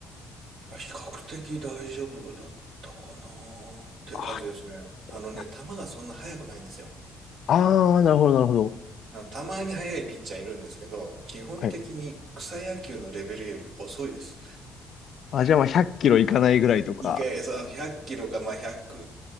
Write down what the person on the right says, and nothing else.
あ比較的大丈夫だったかなーって感じですね。
あのね、
球がそんな速くないんですよ。
あのたまに速いピッチャーいるんですけど、基本的に草野球のレベルより遅いです。
意外、さ、100キロか、まあ、100、